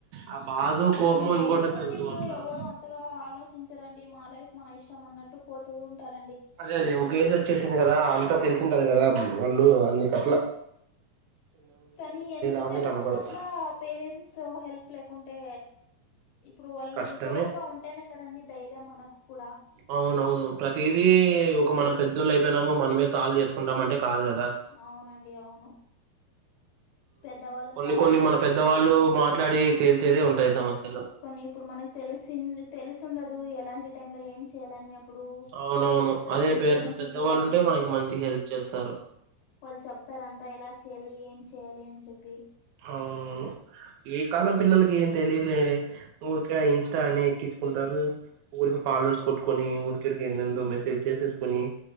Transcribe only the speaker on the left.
కానీ
ఏంటోనండి
ఇప్పుడు
ఎవరు అ ఎంతగా ఆలోచించారండి. మా లైఫ్ మా ఇష్టం అన్నట్టు పోతూ ఉంటారండి.
కానీ ఎంత
తెలుసున్నా
కూడా పేరెంట్స్ హెల్ప్ లేకుంటే ఇప్పుడు వాళ్ళు
తోడుగా ఉం అంటేనే కదండి ధైర్యం మనకు కూడా
అవునండి అవును పెద్దవాళ్ళ
సహాయం
ఉంటేనే
ఇప్పుడు మనకి
కొన్ని ఇప్పుడు మనకు తెలిసి తెలిసి ఉండదు ఎలాంటి టైమ్ లో ఏం చేయాలని ఇప్పుడు
పేరెంట్స్ కదండి.
పేరెంట్స్
ఉంటాయి కదండి
వాళ్ళు చెప్తారు. అంతా ఏలా చెయ్యాలి ఏం చెయాలి అని చెప్పి